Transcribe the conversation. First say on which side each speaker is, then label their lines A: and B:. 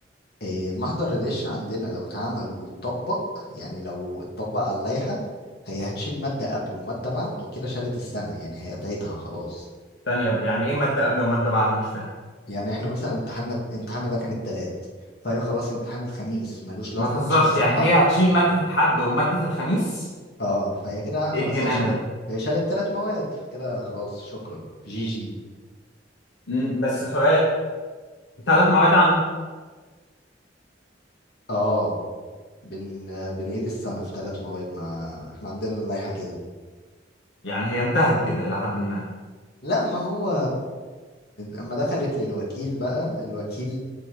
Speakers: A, on the left; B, on the left.
A: آه، محضر الغش عندنا لو اتعمل واتطبق يعني لو اتطبق على اللائحه هي هتشيل ماده قبله وماده بعده وكده شالت السنه يعني هي هتعيدها خلاص
B: ثانية ب- يعني ايه مادة قبل ومادة بعد مش فاهم
A: يعني احنا مثلا امتحاننا امتحاننا ده كان التلات فهي خلاص امتحان الخميس ملوش لازمة
B: ما تهزرش
A: مش هيتصحح
B: يعني هي هتشيل مادة الحد ومادة الخميس
A: اه فهي كده خلاص
B: إيه الجنان
A: هي شالت
B: ده
A: هي شالت تلات مواد فكده خلاص شكرا جي جي
B: م، بس سؤال ثلاث مواد
A: اه بن بنعيد السنة في تلات مواد ما احنا عندنا اللائحة كده
B: يعني هي انتهت كده إلى حد ما
A: لا ما هو اما دخلت للوكيل بقى الوكيل